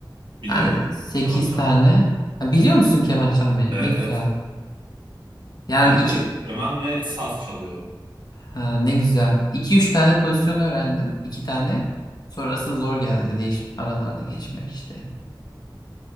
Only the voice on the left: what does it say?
Yani
8
tane. Ha, Biliyor musun keman çalmayı?
Ne güzel.
Yani
iki
ha, ne güzel. iki üç tane pozisyon öğrendim. iki tane. Sonrası zor geldi. Değiş aralarda geçmek işte.